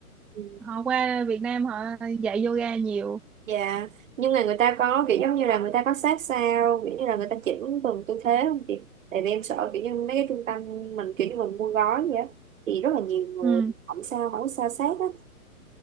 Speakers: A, on the right; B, in the centre.
A: Ừ.
B: họ qua Việt Nam họ dạy yoga nhiều
A: dạ nhưng mà người ta có kiểu giống như là người ta có sát sao kiểu như là người ta chỉnh từng tư thế không chị tại vì em sợ kiểu như mấy cái trung tâm mình kiểu như mình mua gói vậy á, thì rất là nhiều người
B: ừ
A: không sao không sao sát á